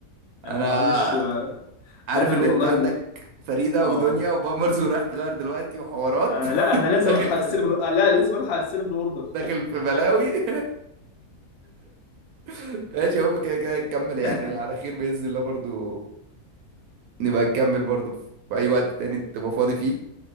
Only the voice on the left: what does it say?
انا
معلش آه،
انا
اللي
والله
ال-
اه
آه،
لا انا
لازم الحق
استلم ال- آه، لا لازم الحق استلم الاوردر
<laughs>